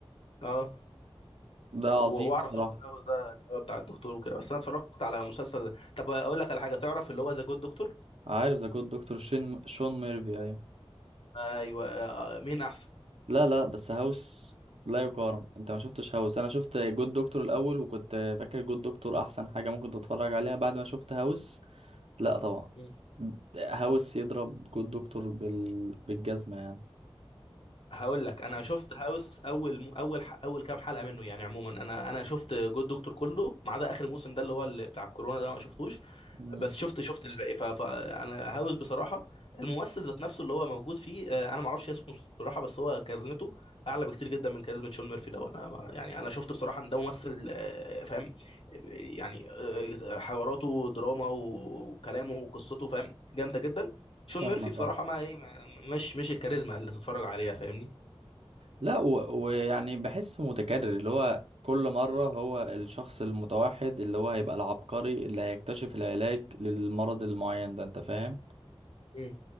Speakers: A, on the left; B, on the right.
A: اه
B: ده
A: و-
B: عظيم
A: واعرف
B: بصراحه
A: دكتور هاوس ده اللي هو بتاع الدكتور وكده بس انا اتفرجت على مسلسل طب اقول لك على حاجه تعرف اللي هو ذا جود دكتور
B: عارف ذا جود دكتور شين شون ميرفي ايوه
A: ايوه آه، مين احسن
B: لا لا بس هاوس لا يقارن انت ما شفتش هاوس انا شفت جود دكتور الاول وكنت فاكر جود دكتور احسن حاجه ممكن تتفرج عليها بعد ما شفت هاوس لا طبعا
A: مم.
B: هاوس يضرب جود دكتور بال... بالجزمه يعني
A: هقول لك انا شفت هاوس اول اول ح- اول كام حلقه منه يعني عموما انا انا شفت جود دكتور كله ما عدا اخر موسم ده اللي هو اللي بتاع الكورونا ده ما شفتوش
B: مم.
A: بس شفت شفت الباقي ف- فانا هاوس بصراحه الممثل ذات نفسه اللي هو موجود فيه آه، انا ما اعرفش اسمه بصراحه بس هو كاريزمته اعلى بكتير جدا من كاريزما شون ميرفي ده وانا ما- يعني انا شفت بصراحه ان ده ممثل آه، فاهم يعني آه، حواراته دراما وكلامه وقصته فاهم جامده جدا شون
B: فاهمك
A: ميرفي بصراحه
B: اه
A: ما ايه ما- مش مش الكاريزما اللي تتفرج عليها فاهمني
B: لا و- ويعني بحس متكرر اللي هو كل مرة هو الشخص المتوحد اللي هو هيبقى العبقري اللي هيكتشف العلاج للمرض المعين ده انت فاهم
A: مم.